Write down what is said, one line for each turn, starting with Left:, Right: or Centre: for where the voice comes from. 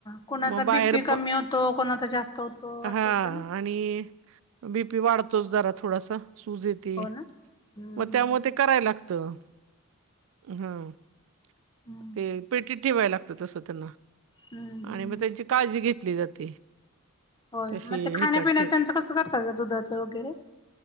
Left: कोणाचा
Right: मग बाहेर
Left: बीपी कमी
Right: प
Left: होतो कोणाचा जास्त होतो
Right: हां
Left: असं होतं ना
Right: आणि बीपी वाढतोच जरा थोडासा, सुज येती.
Left: हो ना हम्म
Right: म त्यामुळे
Left: हम्म
Right: ते करायला लागतं. हा, <inaudible>
Left: हम्म
Right: ते पेटीत ठेवाय लागतं तसं त्यांना.
Left: हम्म हम्म
Right: आणि मग त्यांची काळजी घेतली जाते.
Left: होय,
Right: तशी
Left: मग ते खाण्यापिण्याचं
Right: ह्याच्यात ठेव
Left: त्यांचं कसं करता आ दुधाचं वगैरे.